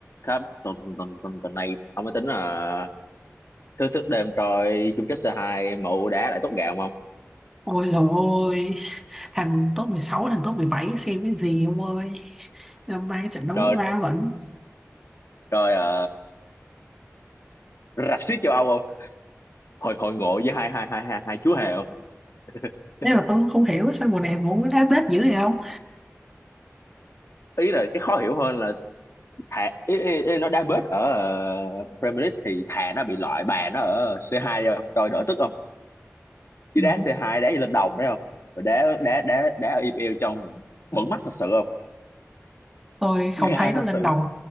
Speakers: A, on the left; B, in the centre.
A: sắp tuần tuần tuần tuần này ông mới tính là thức thức đêm coi chung kết C2 mụ đá lại tốt gạo không ông?
B: Ôi dồi ôi, thằng top 16, thằng top 17 xem cái gì ông ơi. Năm nay trận đấu
A: Coi
B: ma vẫn.
A: coi ờ, rạp xiếc châu Âu không? Hội hội ngộ với hai hai hai hai hai chú hề không? <laughs>
B: Thế mà tôi cũng không hiểu sao mùa này muốn đá bết dữ vậy không?
A: Ý là cái khó hiểu hơn là thà ý, ý, ý, nó đá bết ở ờ, Premier League thì thà nó bị loại bà nó ở C2 đi không? Coi đỡ tức không? Chứ
B: Ừ.
A: đá C2 đá như lên đồng đấy không? Rồi đá đá đá đá ở EPL trong bẩn mắt thật sự không?
B: Tôi không
A: Ga
B: thấy nó
A: thật
B: lên
A: sự
B: đồng,